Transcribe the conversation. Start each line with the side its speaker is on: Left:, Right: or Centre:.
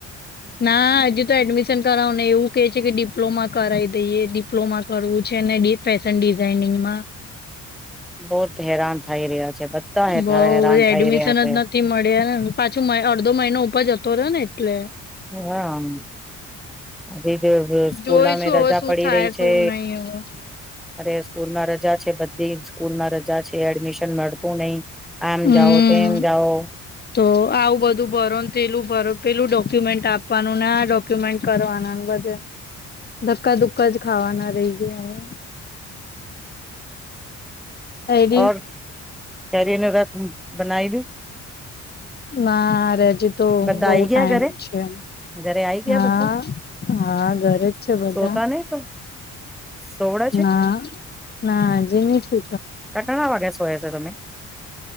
Left: ના હજી તો એડમિશન કરાવને એવું કે છે. કે ડિપ્લોમા કરાવ દઈએ ડિપ્લોમા કરવું છે. ફેશન ડિઝઇનિંગમાં
Centre: બહત હેરાન થઈ રહ્યા છે. બધા
Left: બહુ
Centre: હેરાન
Left: એડમિશન
Centre: થઈ રહ્યા
Left: જ
Centre: છે.
Left: નથી મળ્યા. ને પાછું અડધો મહિનો ઉપર જતો રહ્યો ને એટલે
Centre: હા સ્કૂલામાં
Left: જોઈશું
Centre: રજા
Left: હવે શું
Centre: પડી
Left: થાય
Centre: રહી છે.
Left: શું નહી હવે.
Centre: અરે સ્કૂલમાં રજા છે, બધી સ્કૂલમાં રજા છે. એડમિશન મળતું નહી. આમ
Left: હમ
Centre: જાઓ તેમમ જાઓ.
Left: તો આવું બધું ભરો ને પેલું ભરો પેલું ડોક્યુમેન્ટ આપવાનું ને આ ડોક્યુમેન્ટ કરવાના બધે ધક્કાધુકા જ ખાવાના રહી ગયા. એડી
Centre: <inaudible> તને રસ બનાઈ દુ.
Left: ના હજી તો
Centre: બધા
Left: બહ
Centre: આઈ
Left: ટાઈમ
Centre: ગયા ઘરે
Left: છે.
Centre: ઘરે આઈ ગયા
Left: હા
Centre: બધા
Left: હા ઘરે જ છે. બધા
Centre: સોતા નહી તો સોવડે છે
Left: ના ના હજે નહી સુ
Centre: કટણા વાગેસ હોય છે તમે?